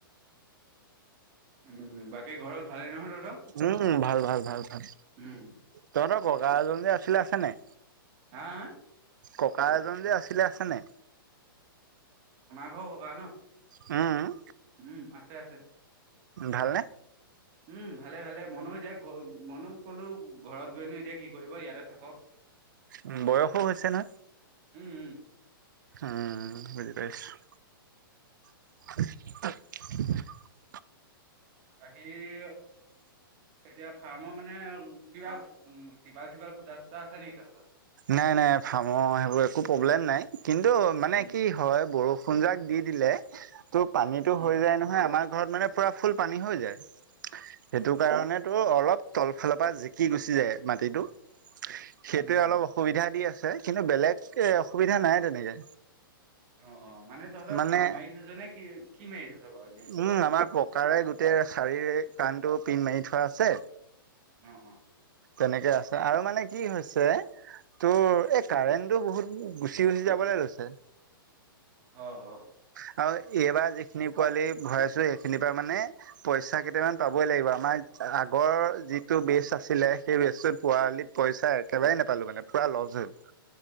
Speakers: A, on the right; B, on the right.
A: উম বাকী ঘৰত ভালে নহয় ত।
B: উম ভাল ভাল ভাল ভাল,
A: উম
B: তহঁতৰ ককা এজন যে আছিলে আছে নাই।
A: হাঁ হাঁ।
B: ককা এজন যে আছিলে আছেনে?
A: ৰ ক ন।
B: হাঁ হাঁ।
A: উম আছে আছে।
B: ভালনে?
A: উম ভালে ভালে মনও যাক ঘ মন ক'লো। ঘৰত গৈনো এতিয়া কি কৰিব ইয়াতে থাকক।
B: উ বয়সো হৈছে নহয়?
A: উম উম।
B: উম বজৰাছ। <unintelligible>
A: তাকি। এতিয়া ফাৰ্মৰ মানে কিবা টিপাল চিপাল ফুটা চুটা আছে নেকি তহতৰ।
B: নাই নাই ফাৰ্মৰ সেইবোৰ একো প্ৰব্লেম নাই কিন্তু মানে
A: উম
B: কি হয় বৰষুণ। বৰষুণ জাক দি দিলে ত' পানীতটো
A: উম
B: হৈ যায় নহয় আমাৰ ঘৰত মানে পুৰা ফুল পানী হৈ যায়। সেইটো কাৰণেতো অলপ তলফালৰ পৰা জিকি গুচি যায় মাটিটো।
A: উম
B: সেইটোৱে অলপ অসুবিধা দি আছে কিন্তু বেলেগ এ অসুবিধা নাই তেনেকে।
A: অ অ মানে তহতৰ
B: মানে
A: পিন্ধ মাৰি থৈছ নে কি কি মাৰি থৈছ। বাৰু এনে
B: উম আমাৰ পকাৰে গোটেই শাৰী কাণটো পিন্ধ মাৰি থোৱা আছে।
A: অ অ
B: তেনেকে আছে আৰু মানে কি হৈছে ত' এই কাৰেণ্টটো বহুত গুচি গুচি যাবলৈ লৈছে।
A: অ অ।
B: আৰু এইবাৰ যিখিনি। পোৱালি ভৰাই আছো সেইখিনিৰ পা মানে পইচা কেইটামান পাবই লাগিব আমাৰ আগৰ যিটো বেষ্ট আছিলে সেই বেচটোত পোৱালিত
A: উম
B: পইচা একেবাৰে নোপালো মানে পুৰা লছ হ'ল।